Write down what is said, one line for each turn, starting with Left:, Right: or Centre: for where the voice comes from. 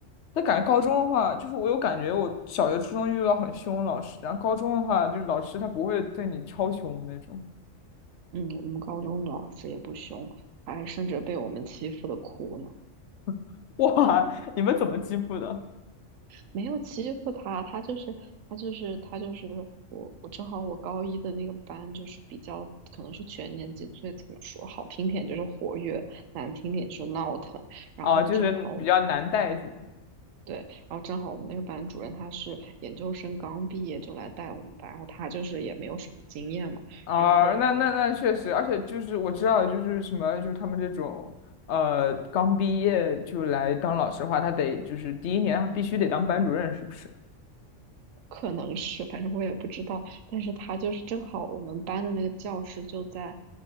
Left: 但感觉高中的话，就是我有感觉，我小学、初中遇到很凶的老师，然后高中的话，就是老师他不会对你超凶的那种。
Right: 嗯，我们高中的老师也不凶，还甚至被我们欺负的哭呢。
Left: <laughs> 哇，你们怎么欺负的？
Right: 没有欺负他，他就是他就是他就是我我正好我高一的那个班就是比较可能是全年级最怎么说好听点就是活跃，难听点就是闹腾。然后正好我们
Left: 啊，就是比较难带是吗？
Right: 对，然后正好我们那个班主任他是研究生刚毕业就来带我们班，然后他就是也没有什么经验嘛，
Left: 啊、
Right: 然后
Left: 那那那确实，而且就是我知道，就是什么，就是他们这种，呃，刚毕业就来当老师的话，他得就是第一年他必须得当班主任，是不是？
Right: 可能是，反正我也不知道。但是他就是正好我们班的那个教室就在，